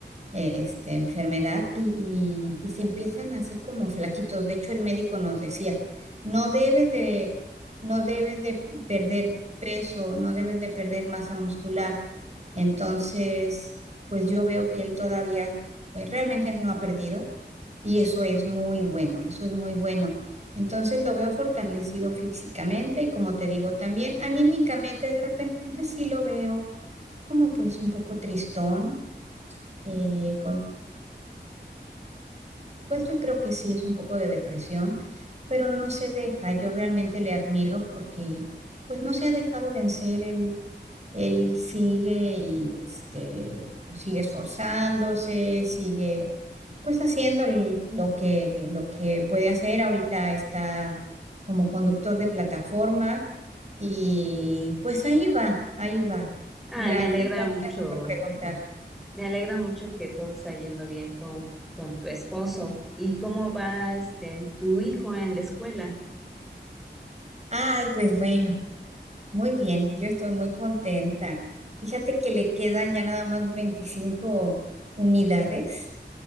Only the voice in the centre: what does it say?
Ah,
me alegra
mucho,
me alegra mucho que todo está yendo bien con, con tu esposo. ¿Y cómo va este, tu hijo en la escuela?